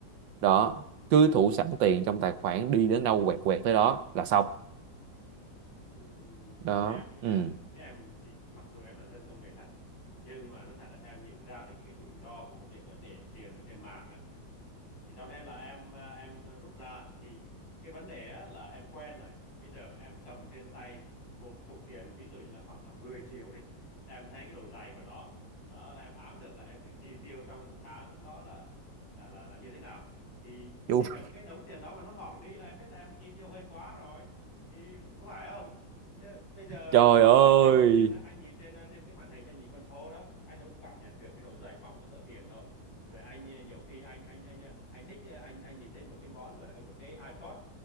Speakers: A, on the right (about 80°); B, on the left (about 80°).
A: đó cứ thủ sẵn tiền trong tài khoản đi đến đâu quẹt quẹt tới đó là xong
B: ừm,
A: đó
B: em với nha
A: ừ
B: em chỉ mặc dù em là dân công nghệ thật nhưng mà nó thật là em nhìn ra được những cái rủi ro của cái việc là để tiền ở trên mạng á thì cho nên là em à, em rút ra thì cái vấn đề á, là em quen rồi bây giờ mà em cầm trên tay một cái cục tiền ví dụ như là khoảng tầm 10 triệu đi là em thấy cái độ dày của nó đó, là em áng được là em phải chi tiêu trong một tháng đó là là là, là như thế nào thì
A: Chú
B: chỉ
A: <laughs>
B: cần cái đống tiền đó mà nó mỏng đi là em biết là em chi tiêu hơi quá rồi thì có phải không Thế bây giờ
A: trời
B: còn
A: ơi
B: anh anh nhìn trên anh nhìn trên à, trên cái màn hình anh nhìn con số đó anh đâu có cảm nhận được cái độ dày mỏng của tờ tiền đâu rồi anh ờ, nhiều khi anh anh anh ờ, anh thích ờ, anh anh nhìn thấy một cái món gọi là cái một cái iPod